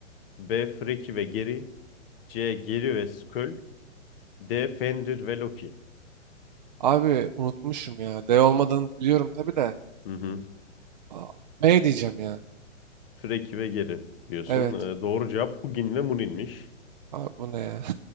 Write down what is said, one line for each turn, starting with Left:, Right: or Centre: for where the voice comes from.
Left: B. Freki ve Geri C. Geri ve Sköll D. Fenrir ve Loki
Right: Abi unutmuşum ya. D olmadığını biliyorum tabii de.
Left: Hı hı.
Right: A- B diyeceğim ya.
Left: Freki ve Geri diyorsun.
Right: Evet.
Left: Ee, doğru cevap Hugin ve Munin'miş.
Right: Abi bu ne ya?